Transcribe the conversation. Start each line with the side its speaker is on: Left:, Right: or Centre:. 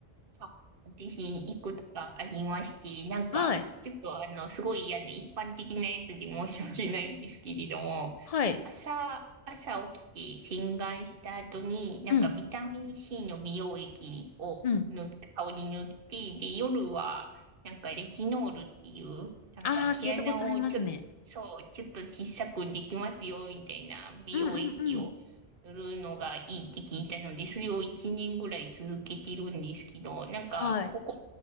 Right: あ、私、いくつかありまして、なんか、
Left: はい。
Right: ちょっとあの、すごい、あの、一般的なやつで申し訳ないんですけれども、
Left: はい。
Right: 朝、朝起きて洗顔した後に、なんかビタミン
Left: うん。
Right: C の美容液を塗って、
Left: うん。
Right: 顔に塗って、で、夜は、なんかレチノールっていう、なんか毛穴をちょっと、
Left: ああ、聞いたことありますね。
Right: そう、ちょっと小さくできますよ、みたいな美容液を
Left: うんうんうん。
Right: するのがいいって聞いたので、それを1年ぐらい続けてるんですけど、なんか、
Left: はい。
Right: ここ